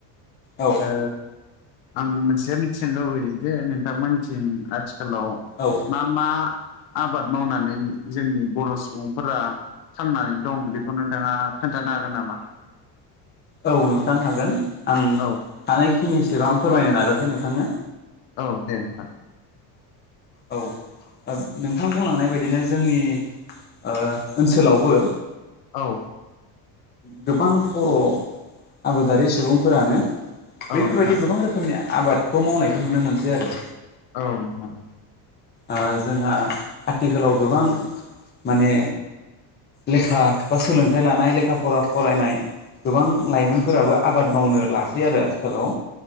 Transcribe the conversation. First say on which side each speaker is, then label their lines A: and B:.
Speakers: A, on the left (about 20°); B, on the left (about 65°).
A: औ
B: ओ आं मोनसे मिथिनो लुबैयो जे नोंथांमोननिथिं आथि हेल'
A: औ
B: मा मा? आबाद मावनानै जोंनि बर' सुबुंफोरा थांनानै दं बेखौ नोंथाङा खोन थानो हागोन नामा?
A: औ नोंथां हागोन आं
B: औ
A: हानायखिनिसिबां फोरमायनो नाजासै नोंथांनो।
B: औ दे नोंथां।
A: औ नोंथां बुंलांनाय बायदिनो जोंनि ओ ओनसोलावबो
B: औ।
A: गोबां बर' आबादारि सुबुंफोरानो बैफोरबायदि
B: औ नोंथां
A: गोबां रोखोमनि आबादखौ मावनायखौ नुनो मोनसै आरो।
B: औ नोंथां।
A: ओ जोंहा आथिखालाव गोबां माने लेखा बा सोलोंथाइ लानाय लेख खा फरा फरायनाय गोबां लाइमोनफोराबो आबाद मावनो लासै आरो आथिखालाव।